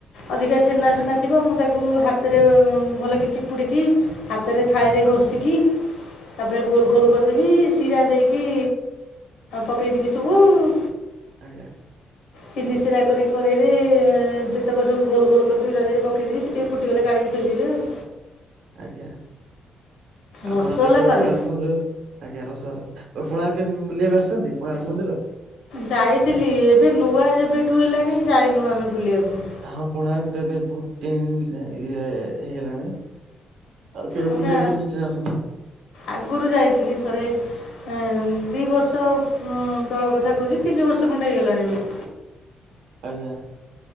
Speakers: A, on the left; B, on the right.
A: ଅଧିକା ଛେନାଫେନା।
B: ଆଜ୍ଞା
A: ଥିବ ମୁଁ ତାକୁ ହାତରେ ଭଲକି ଚିପୁଡ଼ିକି ହାତେ ରେ ଥାଳି ରେ ଘଷିକି। ତା'ପରେ ଗୋଲ୍
B: ଆଜ୍ଞା
A: ଗୋଲ୍ କର୍ ଦେବି, ଶିରା ଦେଇକି ପକେଇ ଦେବି ସବୁ ଆଉ।
B: ଆଜ୍ଞା।
A: ଚିନି ସିରା କରି କରେଇରେ ଯେତକ ସବୁ ଗୋଲ ଗୋଲ କରିଥିବି ତା ଦେହରେ ପକେଇଦେବି ସେଟିଏ ଫୁଟି ଗଲେ କାଢ଼ିକି ଥୋଇ ଦେବି ଆଉ।
B: ଆଜ୍ଞା ଆପଣ
A: ରସଗୋଲା
B: କେବେ
A: କରେ
B: କୋଣାର୍କ ମନ୍ଦିର ଆଜ୍ଞା ରସରା ଆଉ କେବେ କୋଣାର୍କ ଆସିଛନ୍ତି କୋଣାର୍କ ମନ୍ଦିର?
A: ଯାଇଥିଲି ଏବେ ନୂଆ ଯେବେଠୁ ହେଲାଣି ଯାଇନୁ ଆମେ ବୁଲିବାକୁ।
B: ହଁ କୋଣାର୍କ ତ ଏବେ ବହୁତ ଚେଞ୍ଜ ଇଏ ହେଇଗଲାଣି। ଆଉ କେବେ
A: ଆମେ
B: ବୁଲିବାକୁ ନିଶ୍ଚୟ ଆସନ୍ତୁ ଆଉ।
A: ଆଗରୁ ଯାଇଥିଲି ଥରେ। ଏ ଦିି ବର୍ଷ ତଳ କଥା କହୁଛି ତିନି ବର୍ଷ ଖଣ୍ଡେ ହେଇଗଲାଣି ବି।
B: ଆଜ୍ଞା।